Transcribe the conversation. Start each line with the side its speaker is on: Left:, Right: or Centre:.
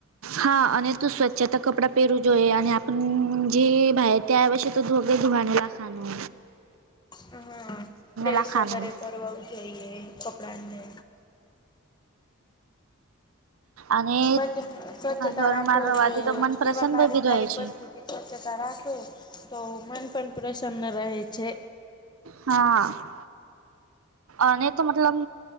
Right: હા અને તું સ્વચ્છતા કપડા પહેરું જોઈએ અને આપ જે ત્યાર પછી તો ધોગે ધોવાનું રાખવાનું.
Left: હા પ્રેસ
Right: લાખાનું
Left: વગેરે કરવાું જોઈએ. કપડાને
Right: અને
Left: બ સ્વચ્છતા
Right: ઘરમાં
Left: રાખવી
Right: રહેવાથી
Left: જોઈએ
Right: તો મન પ્રસન્ન
Left: એવા પારિપરિક
Right: ભી રહે છે
Left: વસ્તુ સ્વચ્છતા રાખે તો મન પણ પ્રસન્ન રહે છે.
Right: હા અને તો મતલબ